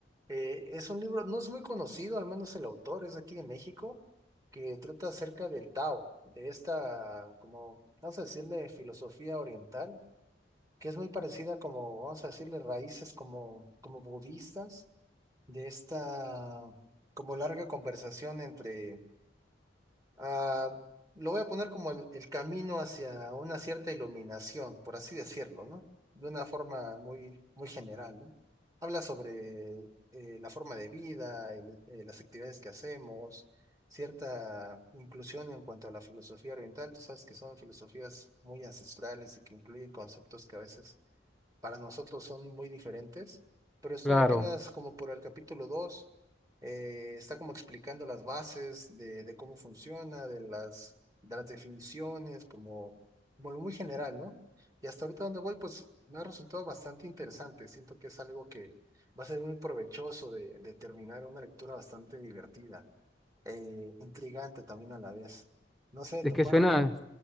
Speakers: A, on the right (about 20°); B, in the centre.
A: eh, es un libro, no es muy conocido, al menos el autor es de aquí de México, que trata acerca del Tao, de esta, como, vamos a decirle, filosofía oriental, que es muy parecida como, vamos a decirle, raíces como, como budistas, de esta, como larga conversación entre ah, lo voy a poner como el, el camino hacia una cierta iluminación, por así decirlo, ¿no? De una forma muy, muy general, ¿no? Habla sobre eh, la forma de vida, el- eh, las actividades que hacemos, cierta inclusión en cuanto a la filosofía oriental. Tú sabes que son filosofías muy ancestrales y que incluyen conceptos que a veces para nosotros son muy diferentes, pero estoy
B: Claro,
A: apenas como por el capítulo 2, está como explicando las bases de, de cómo funciona, de las, de las definiciones, como, como lo muy general, ¿no? Y hasta ahorita donde voy, pues me ha resultado bastante interesante, siento que es algo que va a ser muy provechoso de, de terminar una lectura bastante divertida, eh, intrigante también a la vez. No sé de
B: es
A: tu
B: que
A: parte.
B: suena,